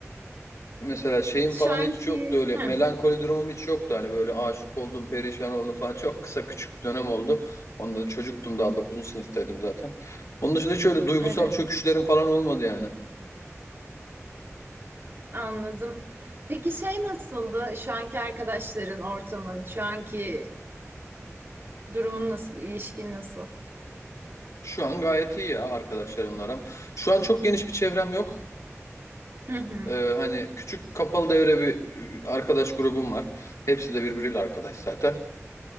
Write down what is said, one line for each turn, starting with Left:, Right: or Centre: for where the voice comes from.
Left: Mesela şeyim
Right: <laughs> Şu
Left: falan
Right: anki...
Left: hiç yoktu öyle melankoli
Right: Heh.
Left: durumum hiç yoktu hani böyle aşık oldum perişan oldum falan çok kısa küçük bir dönem oldu. Onda da çocuktum daha dokuzuncu sınıftaydım zaten. Onun dışında hiç öyle duygusal
Right: Evet.
Left: çöküşlerim falan olmadı yani.
Right: Anladım. Peki şey nasıldı? Şu anki arkadaşların, ortamın, şu anki durumun nasıl, ilişkin nasıl?
Left: Şu an gayet iyi ya arkadaşlarımla aram. Şu an çok geniş bir çevrem yok.
Right: Hı hı.
Left: Ee, hani küçük kapalı devre bir e, arkadaş grubum var. Hepsi de birbiriyle arkadaş zaten.